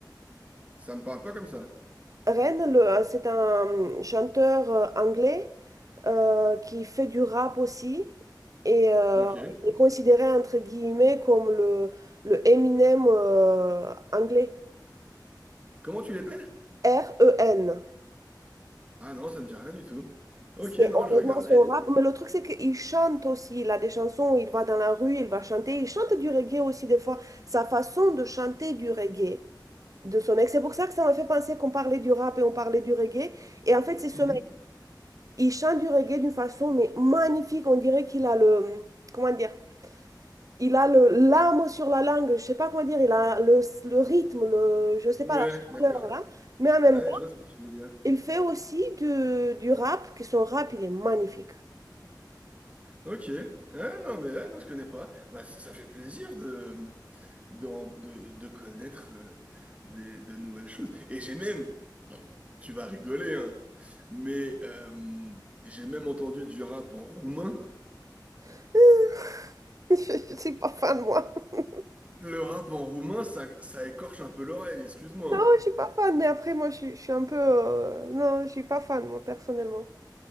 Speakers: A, on the right; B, on the right.
A: ça me parle pas comme ça.
B: Ren, le- euh, c'est un euh, chanteur euh, anglais euh, qui fait du rap aussi et euh,
A: Ok.
B: il est considéré entre guillemets comme le, le Eminem euh, anglais.
A: Comment tu l'appelles?
B: R-E-N.
A: Ah non, ça me dit rien du tout. Ok,
B: C'est
A: non, je
B: honnêtement
A: vais regarder.
B: son rap, mais le truc c'est qu'il chante aussi. Il a des chansons, où il va dans la rue, il va chanter. Il chante du reggae aussi des fois. Sa façon de chanter du reggae de ce mec. C'est pour ça que ça m'a fait penser qu'on parlait du rap et on parlait du reggae. Et en fait, c'est ce
A: Mhm.
B: mec. Il chante du reggae d'une façon mais magnifique. On dirait qu'il a le, comment dire, il a le l'âme sur la langue. Je sais pas comment dire. Il a le, le rythme, le, je sais
A: Ouais,
B: pas la chaleur
A: d'accord.
B: là. Mais en même
A: Ouais,
B: temps,
A: je vois ce que tu veux dire.
B: il fait aussi du, du rap. Que son rap, il est magnifique.
A: Ok. Ouais, non, mais ouais, non, je connais pas. Bah, c- ça fait plaisir de, de, ren- de, de connaître euh, des, de nouvelles choses. Et j'ai même, tu vas rigoler, hein, mais euh, j'ai même entendu du rap en roumain.
B: <laughs> Je, je suis pas fan moi. <laughs>
A: Le rap en roumain, ça, ça écorche un peu l'oreille, excuse-moi.
B: Non, je suis pas fan. Mais après, moi, je, suis je suis un peu, euh, non, je suis pas fan moi personnellement.